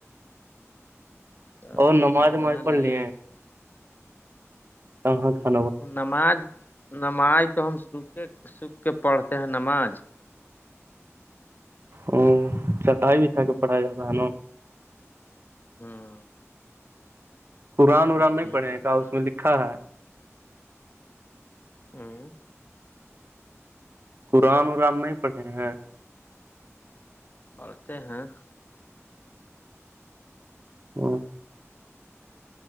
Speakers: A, on the left (about 40°); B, on the right (about 50°).
A: تب
B: اور نماز
A: کھانا
B: وماز
A: بنا
B: پڑھ
A: لیے
B: لی ہیں کہاں کھا
A: نماز نماز تو ہم سکھے سکھ کے پڑھتے ہیں نماز
B: ا چٹائی بھا کے پڑھا جاتا ہے نا
A: ہاں
B: قرآن
A: بہت
B: اران نہیں
A: بھیڑ
B: پڑھے
A: لگتا
B: کا اس میں لکھا ہے
A: ہوں
B: قرآن اران نہیں پڑھے ہیں
A: پڑھتے ہیں
B: ہوں